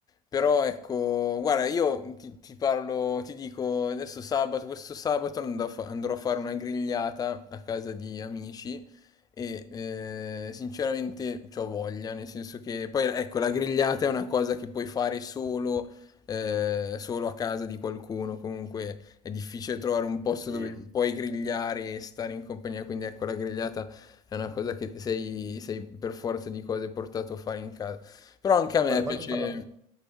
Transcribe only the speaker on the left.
Però ecco, guarda, io ti, ti parlo, ti dico, adesso sabato, questo sabato andrò a fa- andrò a fare una grigliata a casa di amici e eh, sinceramente c'ho voglia, nel senso che poi ecco, la grigliata è una cosa che puoi fare solo, eh, solo a casa di qualcuno, comunque è difficile trovare un posto
dove puoi grigliare e stare in compagnia, quindi ecco, la grigliata è una cosa che sei, sei per forza di cose portato a fare in casa. Però anche a me
piace.